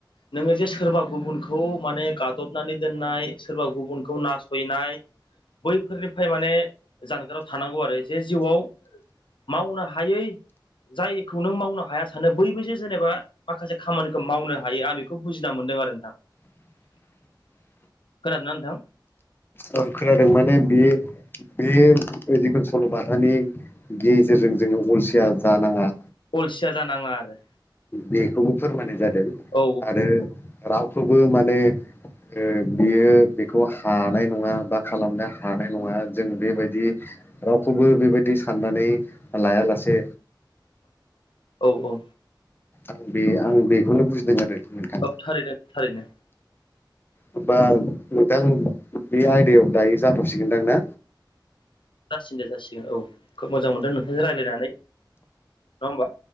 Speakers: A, on the left (about 80°); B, on the left (about 25°).
A: नोङो जे सोरबा गुबुनखौ माने गादबनानै दोननाय सोरबा गुबुनखौ नासयनाय बैफोरनिफ्राय माने जानगाराव थानांगौ आरो जे जिउआव मावनो हायै जायखौ नों मावनो हायासै सानो बैयबोजे जेनेबा माखासे खामानिखौ मावनो हायो आं बेखौ बुजिना मोनदों आरो नोंथां।
B: <inaudible>
A: खोनादोंना नोंथां?
B: ओं खोनादों माने बे बे जिखुन सल'बाथानि गेजेरजों जोङो अलसिया जानाङा
A: अलसिया जानाङा आरो
B: बेखौबो फोरमायनाय जादों
A: औ
B: आरो रावखौबो माने ओ बियो बेखौ हानाय नङा बा खालामनो हानाय नङा जों बेबायदि रावखौबो बेबायदि साननानै लायालासे
A: औ औ,
B: आं बे आं बेखौनो बुजिदों आरो नोंथां
A: औ थारैनो थारैनो
B: होमबा नोंथां बे आयदायाव दाङो जाथ'सिगोनदां ना?
A: जासिग दे जासिगोन औ खोब मोजां मोनदों नोंथांजों रायज्लायनानै नङा होमबा